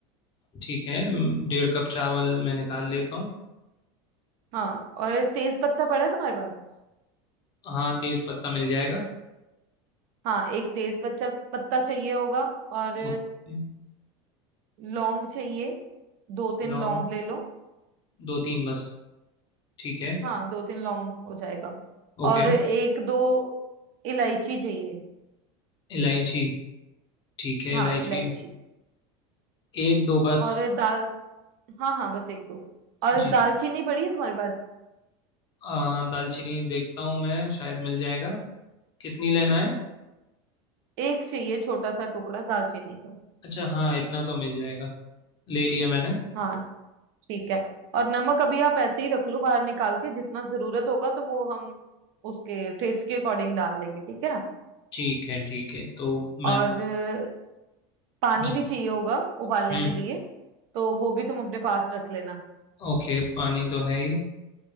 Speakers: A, on the left; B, on the right.
A: ठीक है म, डेढ़ कप चावल मैं निकाल लेता हूँ
B: हाँ और तेज पत्ता पड़ा है तुम्हारे पास
A: हाँ तेज पत्ता मिल जाएगा
B: हाँ एक तेज पत्ता पत्ता चाहिए होगा और
A: ओके
B: लौंग चाहिए दो तीन
A: लौंग
B: लौंग ले लो
A: दो तीन बस ठीक है
B: हाँ दो तीन लौंग हो जाएगा
A: ओके
B: और एक दो इलायची चाहिए
A: इलायची ठीक है
B: हाँ
A: इलायची
B: इलायची
A: एक दो बस
B: और दाल हाँ हाँ बस एक दो और
A: जी
B: दालचीनी पड़ी है तुम्हारे पास
A: आ, दालचीनी देखता हूँ मैं शायद मिल जाएगा कितनी लेना है
B: एक चाहिए छोटा सा टुकड़ा दालचीनी का
A: अच्छा हाँ इतना तो मिल जाएगा ले लिया मैंने
B: हाँ ठीक है और नमक अभी आप ऐसे ही रख लो बाहर निकाल के जितना जरूरत होगा तो वो हम उसके टेस्ट के अकॉर्डिंग डाल लेंगे ठीक है
A: ठीक है ठीक है तो
B: और
A: मैं
B: अ, पानी
A: जी
B: भी चाहिए होगा उबालने
A: हम्म
B: के लिए तो वो भी तुम अपने पास रख लेना
A: ओके पानी तो है ही